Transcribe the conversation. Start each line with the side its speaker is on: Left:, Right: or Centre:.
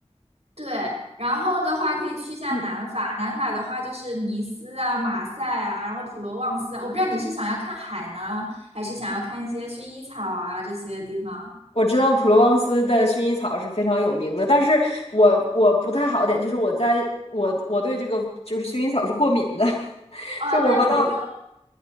Right: 对。然后的话可以去一下南法，
Left: 嗯。
Right: 南法的话就是尼斯啊、马赛啊，然后普罗旺斯啊。我不知道你是想要看海呢，还是想要看一些薰衣草啊这些地方。
Left: 我知道普罗旺斯的薰衣草是非常有名的，但是我我不太好点，就是我在我我对这个就是薰衣草是过敏的，<laughs>
Right: 哦，
Left: 就我闻到，
Right: 那你不用。